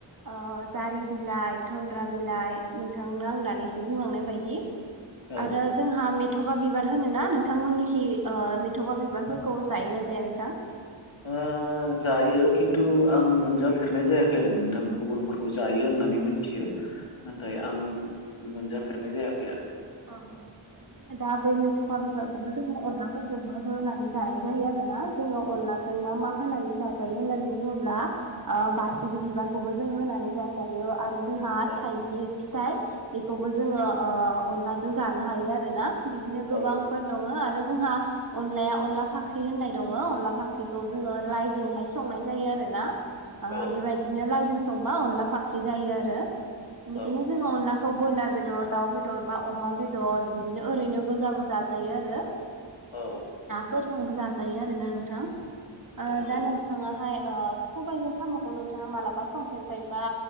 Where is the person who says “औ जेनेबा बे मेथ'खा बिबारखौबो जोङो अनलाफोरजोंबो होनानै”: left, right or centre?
Right